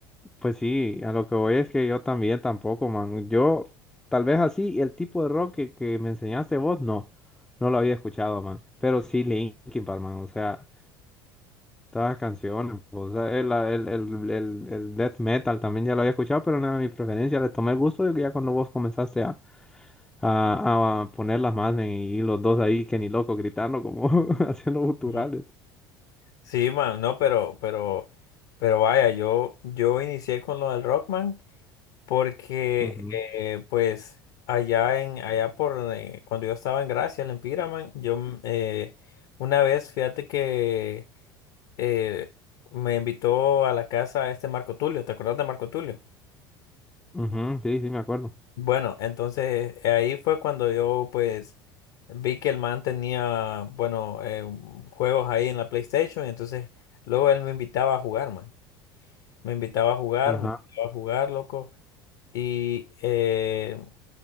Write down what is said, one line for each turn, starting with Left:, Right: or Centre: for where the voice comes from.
Centre: pues sí, a lo que voy es que yo también tampoco, man. Yo, tal vez así, el tipo de rock que, que me enseñaste vos, no, no lo había escuchado, man. Pero sí Linkin Park, man, o sea, todas las canciones, o sea, el, el, el, el, el death metal también ya lo había escuchado, pero no era mi preferencia, le tomé el gusto de que ya cuando vos comenzaste a a, a ponerlas más men, y los dos ahí que ni loco gritando como <laughs> haciendo guturales.
Left: No. Sí, man, no, pero, pero, pero vaya, yo, yo inicié con lo del Rockman Porque,
Centre: Ujú,
Left: eh, pues, allá en, allá por, eh, cuando yo estaba en Gracia, en Piraman, yo, mm, eh, una vez, fíjate que eh, me invitó a la casa este Marco Tulio, ¿te acuerdas de Marco Tulio?
Centre: ujú, sí, sí, me acuerdo.
Left: Bueno, entonces eh, ahí fue cuando yo, pues, vi que el man tenía, bueno, eh, juegos ahí en la PlayStation, y entonces luego él me invitaba a jugar, man. Me invitaba a jugar,
Centre: Ajá,
Left: me invitaba a jugar, loco. Y eh,